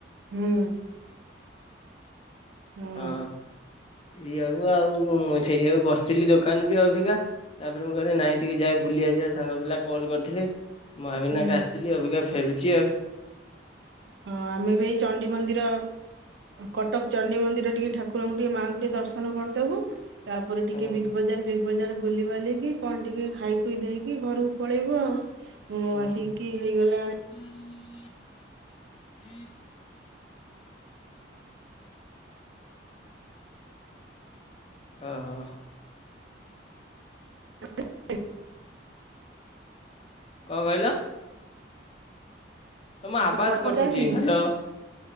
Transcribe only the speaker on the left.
ହଁ ଏଇଆକୁ ଆଉ ସେଇଆକୁ ବସ ଥିଲି ଦୋକାନ ବି ଅଭିିକା। ତାପରେ ମୁଁ କହିଲି ନାଇଁ ଟିକେ ଯାଏ ବୁଲିଆସିବା ସାଙ୍ଗ ପିଲା କଲ୍ କରିଥିଲି। ମହାବିନାୟକ
ଆସଥିଲି ଅବିକା ଫେରୁଚି ଆଉ।
ଆଉ
ହୁଁ
ହୁଁ ହୁଁ ଆ ହୋଉ।
କଣ କହିଲ? ତମ
ଆବାଜ
କଟୁଚି
ହାଲୋ